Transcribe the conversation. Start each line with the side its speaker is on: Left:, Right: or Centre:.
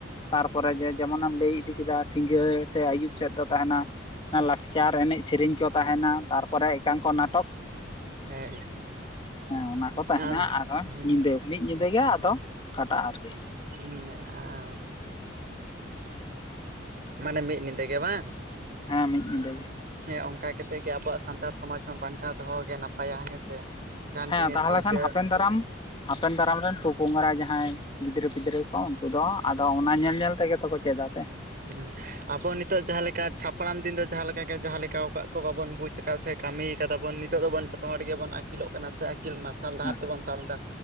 Left: ᱛᱟᱨᱯᱚᱨᱮ ᱡᱮ ᱡᱮᱢᱚᱱᱮᱢ ᱞᱟᱹᱭ ᱤᱫᱤ ᱠᱮᱫᱟ ᱥᱤᱸᱜᱟᱹ ᱥᱮ ᱟᱭᱩᱵ ᱥᱮᱫ ᱫᱚ ᱛᱟᱦᱮᱱᱟ ᱞᱟᱠᱪᱟᱨ ᱮᱱᱮᱡ ᱥᱮᱨᱮᱧ ᱠᱚ ᱛᱟᱦᱮᱱᱟ ᱛᱟᱨᱯᱚᱨᱮ ᱮᱠᱟᱝᱠᱚ ᱱᱟᱴᱚᱠ᱾
Right: ᱦᱮᱸ
Left: ᱦᱮᱸ ᱚᱱᱟ ᱠᱚ ᱛᱟᱦᱮᱱᱟ
Right: ᱟᱨ
Left: ᱟᱨᱦᱚᱸ
Right: ᱦᱩᱸ
Left: ᱧᱤᱫᱟᱹ ᱢᱤᱜ ᱧᱤᱫᱟᱹ ᱜᱮ ᱟᱫᱚ ᱠᱟᱴᱟᱜᱼᱟ ᱟᱨᱠᱤ᱾
Right: ᱩᱸᱢ ᱮᱸᱻ᱾ ᱢᱟᱱᱮ ᱢᱤᱜ ᱱᱤᱸᱫᱟᱹ ᱜᱮ ᱵᱟᱝ?
Left: ᱦᱮᱸ, ᱢᱤᱜ ᱧᱤᱫᱟᱹ ᱜᱮ᱾
Right: ᱦᱮᱸ ᱚᱝᱠᱟ ᱠᱟᱛᱮᱜ ᱜᱮ ᱟᱵᱚᱣᱟᱜ ᱥᱟᱱᱛᱟᱲ ᱥᱚᱢᱟᱡᱽ ᱦᱚᱸ ᱵᱟᱧᱪᱟᱣ ᱫᱚᱦᱚ ᱜᱮ ᱱᱟᱯᱟᱭᱟ, ᱦᱮᱸ ᱥᱮ? ᱡᱟᱦᱟᱱ
Left: ᱦᱮᱸ
Right: ᱡᱤᱱᱤᱥ
Left: ᱛᱟᱦᱚᱞᱮ
Right: ᱦᱚᱸ
Left: ᱠᱷᱟᱱ
Right: ᱡᱮ
Left: ᱦᱟᱯᱮᱱ ᱫᱟᱨᱟᱢ ᱦᱟᱯᱮᱱ ᱫᱟᱨᱟᱢ ᱨᱮᱱ ᱯᱚᱯᱚᱝᱨᱟ ᱡᱟᱦᱟᱸᱭ ᱜᱤᱫᱽᱨᱟᱹ ᱯᱤᱫᱽᱨᱟᱹ ᱠᱚ ᱩᱱᱠᱩ ᱫᱚ ᱟᱫᱚ ᱚᱱᱟ ᱧᱮᱞ ᱧᱮᱞ ᱛᱮᱜᱮ ᱛᱚ ᱠᱚ ᱪᱮᱫᱟ ᱥᱮ᱾
Right: ᱦᱩᱸ᱾ ᱟᱵᱚ ᱱᱤᱛᱚᱜ ᱡᱟᱦᱟᱸ ᱞᱮᱠᱟ ᱥᱟᱯᱲᱟᱢ ᱫᱤᱱ ᱫᱚ ᱡᱟᱦᱟᱸ ᱞᱮᱠᱟ ᱜᱮ ᱡᱟᱦᱟᱸ ᱞᱮᱠᱟᱣ ᱠᱟᱜ ᱠᱚ ᱵᱟᱵᱚᱱ ᱵᱩᱡ ᱟᱠᱟᱜ ᱥᱮ ᱠᱟᱹᱢᱤ ᱠᱟᱫᱟ ᱵᱚᱱ ᱱᱤ ᱛᱚᱜ ᱫᱚᱵᱚᱱ ᱡᱚᱛᱚ ᱦᱚᱲ ᱜᱮᱵᱚᱱ ᱟᱹᱠᱤᱞᱚᱜ ᱠᱟᱱᱟ ᱥᱮ ᱟ ᱠᱤᱞ ᱢᱟᱨᱥᱟᱞ ᱰᱟᱦᱟᱨ
Left: ᱦᱮᱸ
Right: ᱛᱮᱵᱚᱱ ᱛᱟᱢ ᱫᱟ,